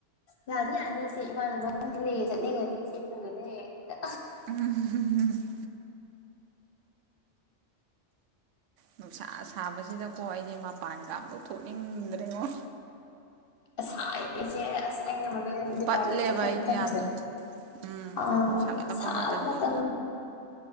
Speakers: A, on the left (about 55°); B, on the right (about 80°).
A: ꯌꯥꯅꯤ ꯌꯥꯅꯤ ꯏꯆꯦ ꯏꯃꯟꯅꯕ ꯑꯃꯝꯒꯤꯅꯦ ꯆꯠꯅꯤꯡꯉꯗꯤ ꯏꯆꯦ ꯄꯨꯗꯣꯏꯅꯦ ꯍꯌꯦꯡ ꯍꯦꯛꯇ
B: ꯎꯝ ꯅꯨꯡꯁꯥ ꯁꯥꯕꯁꯤꯗꯀꯣ ꯑꯩꯗꯤ ꯃꯄꯥꯟꯒ ꯑꯃꯨꯛ ꯊꯣꯛꯅꯤꯡꯗ꯭ꯔꯦꯉꯣ
A: ꯑꯁꯥꯏꯁꯦ ꯑꯁꯦꯡ ꯗꯤꯄꯥ꯭ꯔꯠꯄꯦꯟꯇ
B: ꯄꯠꯂꯦꯕ
A: ꯆꯠꯄ
B: ꯑꯩꯗꯤ
A: ꯃꯇꯝꯁꯦ
B: ꯌꯥꯝꯅ ꯎꯝ
A: ꯑꯪ
B: ꯁꯥꯒꯠꯂꯛꯄ
A: ꯁꯥꯕꯥ
B: ꯃꯇꯝꯅꯤ
A: ꯃꯇꯝ